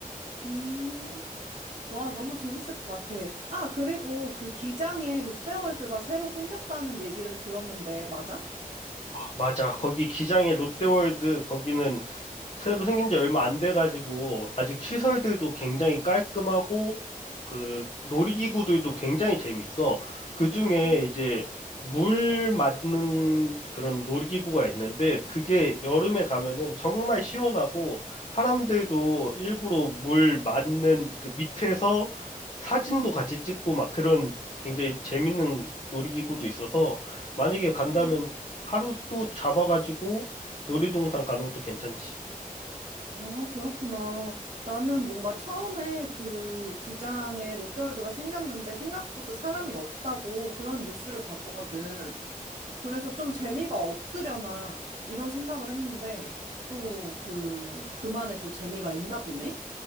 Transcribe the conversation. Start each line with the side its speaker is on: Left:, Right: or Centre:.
Right: 음, 와, 너무 재밌을 것 같아. 아, 그리고 그 기장에 롯데월드가 새로 생겼다는 얘기를 들었는데, 맞아?
Left: 맞아. 거기 기장의 롯데월드, 거기는 새로 생긴 지 얼마 안 돼가지고 아직 시설들도 굉장히 깔끔하고 그 놀이기구들도 굉장히 재밌어. 그중에
Right: 음.
Left: 이제 물 맞는 그런 놀이기구가 있는데 그게 여름에 가면은 정말 시원하고 사람들도 일부러 물 맞는 그 밑에서 사진도 같이 찍고 막 그런 굉장히 재밌는 놀이기구도 있어서 만약에
Right: 어,
Left: 간다면 하루 또 잡아가지고 놀이동산 가는 것도 괜찮지.
Right: 아, 그렇구나. 나는 뭔가 처음에 그 기장에 롯데월드가 생겼는데 생각보다 사람이 없다고 그런 뉴스를 봤거든. 그래서 좀 재미가 없으려나 이런 생각을 했는데 또 그 그만의 또 재미가 있나 보네.